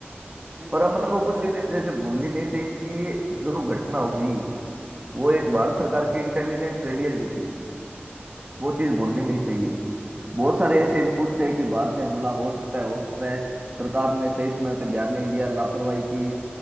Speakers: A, on the right (about 50°); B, on the right (about 35°).
A: जरूरी
B: पर अपन
A: भी
B: को कुछ
A: था
B: चीजें जैसे
A: एकदम
B: भूलनी
A: से
B: नहीं चाहिए कि ये जो घटना हुई वो एक भारत सरकार की इंटेलिजेंट फेलियर भी थी वो चीज भूलनी नहीं चाहिए बहुत सारे ऐसे इनपुट थे कि बाहर से हमला हो सकता है हो सकता है सरकार ने सही समय पे ध्यान नहीं दिया लापरवाही की